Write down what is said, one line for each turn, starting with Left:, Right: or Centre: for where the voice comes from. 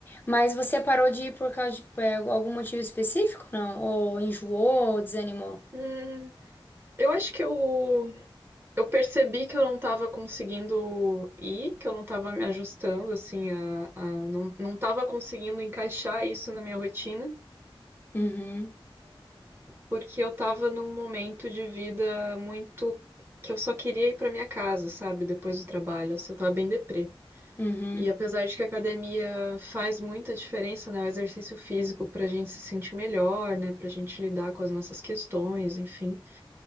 Left: Mas você parou de ir por causa de é, algum motivo específico, não? Ou enjoou, ou desanimou?
Right: Hum, eu acho que eu, eu percebi que eu não tava conseguindo ir, que eu não tava me ajustando, assim, a, a- não, não tava conseguindo encaixar isso na minha rotina,
Left: Uhum,
Right: porque eu tava num momento de vida muito que eu só queria ir pra minha casa, sabe? Depois do trabalho, assim, eu tava bem deprê.
Left: uhum.
Right: E apesar de que a academia faz muita diferença, né, o exercício físico para a gente se sentir melhor, né, para a gente lidar com as nossas questões, enfim,